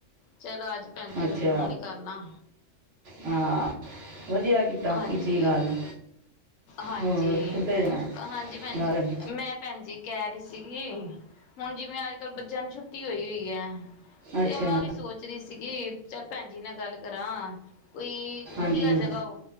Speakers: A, on the left; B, on the right.
A: ਚਲੋ ਅੱਜ, ਭੈਣ ਜੀ
B: ਅੱਛਾ
A: ਨੂੰ, ਫੋਨ ਹੀ ਕਰ ਲਾ।
B: ਹਾਂ ਵਧੀਆ ਕੀਤਾ।
A: ਹਾਂਜੀ
B: ਕੀਤੀ ਗੱਲ।
A: ਹਾਂਜੀ,
B: ਹੋਰ ਕਿੱਥੇ ਜਾਣਾ
A: ਹਾਂਜੀ ਭੈਣਜੀ,
B: ਗੱਲ
A: ਮੈਂ ਭੈਣ ਜੀ। ਕਹਿ ਰਹੀ ਸੀਗੀ। ਹੁਣ ਜਿਵੇਂ ਅੱਜ ਕੱਲ ਬੱਚਿਆਂ ਨੂੰ ਛੁੱਟੀ ਹੋਈ, ਹੋਈ ਹੈ। ਤੇ
B: ਅੱਛਾ
A: ਮੈਂ ਸੋਚ ਰਹੀ ਸੀਗੀ ਚੱਲ ਭੈਣ ਜੀ ਨਾਲ ਗੱਲ ਕਰਾਂ। ਕੋਈ
B: ਹਾਂਜੀ
A: ਵਧੀਆ ਜਗਾ,
B: ਹਮ,
A: ਉਹ